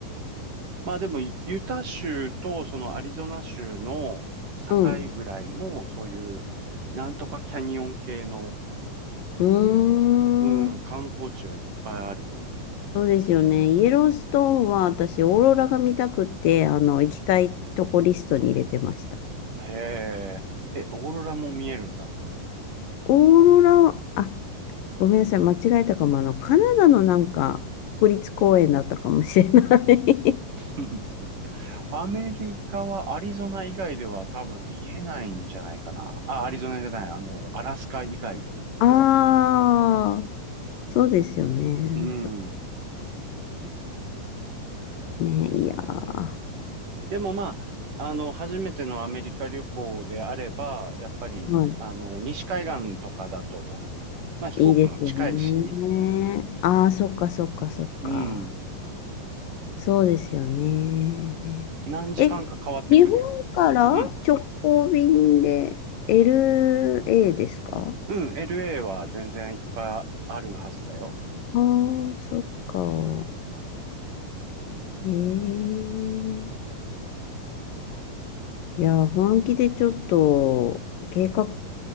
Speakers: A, on the right (about 60°); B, on the left (about 75°).
A: まあでも、ユタ州とそのアリゾナ州の境ぐらいも、
B: うん。
A: そういう、なんとかキャニオン系の、
B: うー
A: うん、
B: ん。
A: 観光地はいっぱいあるよ。
B: そうですよね。イエローストーンは私、オーロラが見たくて、あの、行きたいとこリストに入れてました。
A: へえ。え、オーロラも見えるんだ。
B: オーロラは、あ、ごめんなさい、間違えたかも。あの、カナダのなんか国立公園だったかもしれない
A: うん <laughs> アメリカはアリゾナ以外では多分見えないんじゃないかな。あ、アリゾナじゃない。あの、アラスカ以外では。
B: <laughs> ああ、そうですよね。
A: うん。
B: ね、いやー、
A: でもまあ、あの、初めてのアメリカ旅行であれば、やっぱり、
B: はい。
A: あの、西海岸とかだと、まあ飛行機も近いし、
B: いいですよね。ああ、そっかそっかそっか。
A: うん。
B: そうですよね。
A: 何時間か変わってくるよ。
B: え、日本から直行便で
A: うん。
B: LA ですか
A: うん。LA は全然いっぱいあるはずだよ。
B: ああー、そっか。ええいや、本気でちょっと計画